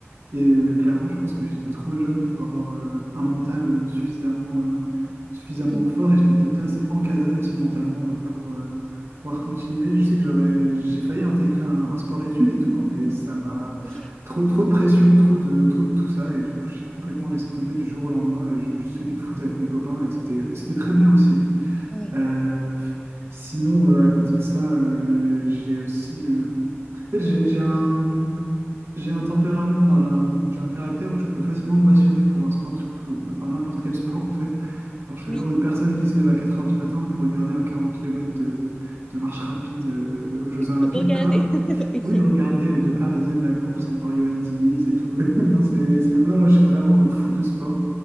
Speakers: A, on the right; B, on the left.
A: Et euh, clairement, je pense que j'étais trop jeune pour avoir euh, un mental euh, suffisamment, euh, suffisamment
B: Mm.
A: fort et j'étais peut-être pas assez encadré aussi mentalement euh, pour, euh, pour pouvoir continuer. Je sais que j'aurais, j'ai failli intégrer un, un sport-études et tout, hein, mais ça m'a
B: Ok.
A: trop, trop de pression, trop de, trop de tout ça. Et du coup, j'ai complètement laissé tomber du jour au lendemain et j'ai juste fait du foot avec mes copains et c'était, et c'était très bien aussi.
B: Oui,
A: Euh, Sinon, euh, à côté de ça, euh, j'ai aussi. euh, En fait, j'ai j'ai un. J'ai un tempérament, enfin j'ai un, j'ai un caractère où je peux facilement me passionner pour un sport, surtout, enfin n'importe quel sport en fait. Alors je suis
B: oui,
A: le genre de personne qui se lève à 4 heures du matin pour regarder un 40 kilomètres de, de marche rapide euh, aux Jeux Olympiques,
B: pour Regarder.
A: quoi.
B: <laughs> Ok.
A: Oui, regarder euh, de A à Z la course et voir Johan Diniz et tout. <laughs> Non, c'est, c'est- non, moi je suis vraiment euh, fou de sport.